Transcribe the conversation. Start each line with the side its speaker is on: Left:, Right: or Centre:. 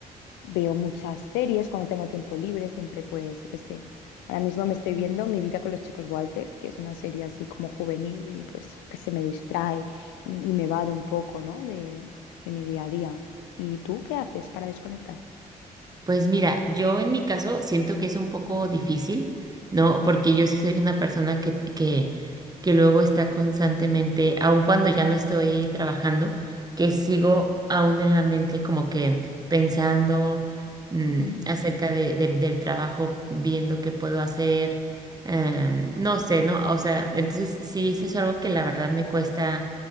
Left: veo muchas series cuando tengo tiempo libre, siempre pues yo qué sé. Ahora mismo me estoy viendo Mi vida con los chicos Walter, que es una serie así como juvenil y pues yo qué sé, me distrae y, y me va de un poco, ¿no? De, de mi día a día. ¿Y tú qué haces para desconectar?
Right: Pues mira, yo en mi caso siento que es un poco difícil, ¿no? Porque yo sí soy una persona que, que, que luego está constantemente, aun cuando ya no estoy trabajando, que sigo aún en la mente como que pensando mm,
Left: Mm.
Right: acerca de- del del trabajo, viendo qué puedo hacer, em, no sé, ¿no? O sea, entonces sí, eso es algo que la verdad me cuesta